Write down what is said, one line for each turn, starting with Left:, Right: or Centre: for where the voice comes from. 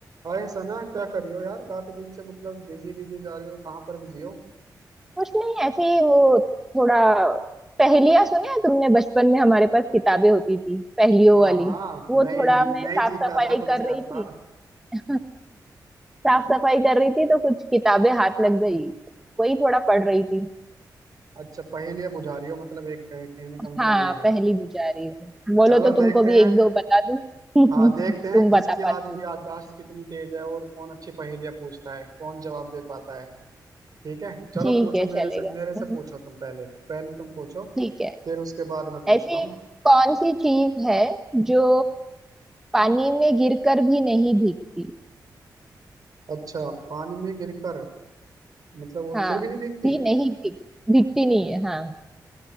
Right: हाय सना क्या कर रही हो यार काफी दिन से मतलब बिजी बिजी जा रही हो कहाँ पर बिजी हो
Centre: कुछ नहीं ऐसे ही वो थोड़ा पहेलियां सुने हैं तुमने बचपन में हमारे पास किताबें होती थी पहेलियों
Right: हाँ
Centre: वाली
Right: हाँ
Centre: वो
Right: मैं ये
Centre: थोड़ा
Right: जीत
Centre: मैं
Right: मैं
Centre: साफ
Right: ही जीतता
Centre: सफाई
Right: था तुमसे
Centre: कर रही
Right: हर
Centre: थी
Right: बार
Centre: <laughs> साफ सफाई कर रही थी तो कुछ किताबें हाथ लग गई वही थोड़ा पढ़ रही थी
Right: अच्छा पहेलियां बुझा रही हो मतलब एक कह- कहने का मतलब
Centre: हाँ
Right: ये है
Centre: पहेली बुझा रही हूँ बोलो
Right: चलो
Centre: तो तुमको
Right: देखते
Centre: भी
Right: हैं
Centre: एक दो बता दूँ <laughs> तुम
Right: हाँ देखते हैं किसकी
Centre: बता पाते
Right: आज
Centre: हो
Right: भी याददाश्त कितनी तेज है और कौन अच्छी पहेलियां पूछता है कौन जवाब दे पाता है ठीक है चलो
Centre: ठीक
Right: पूछो
Centre: है
Right: मेरे
Centre: चलेगा
Right: से मेरे से
Centre: हम्म,
Right: पूछो तुम पहले पहले तुम पूछो
Centre: ठीक है
Right: फिर उसके बाद मैं पूछता
Centre: ऐसी
Right: हूँ
Centre: कौन सी चीज है जो पानी में गिरकर भी नहीं भीगती
Right: अच्छा पानी में गिरकर मतलब वो
Centre: हाँ
Right: फिर भी नहीं भीगती
Centre: भी नहीं भीग भीगती नहीं है हाँ